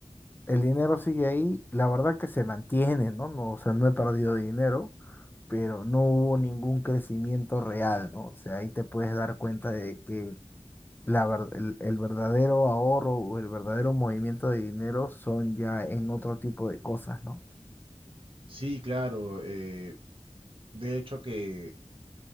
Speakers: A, on the left (about 15°); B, on the right (about 50°).
A: El dinero sigue ahí, la verdad que se mantiene, ¿no? No, o sea, no he perdido dinero, pero no hubo ningún crecimiento real, ¿no? O sea, ahí te puedes dar cuenta de que la ver- el, el verdadero ahorro o el verdadero movimiento de dinero son ya en otro tipo de cosas, ¿no?
B: Sí, claro, eh, de hecho que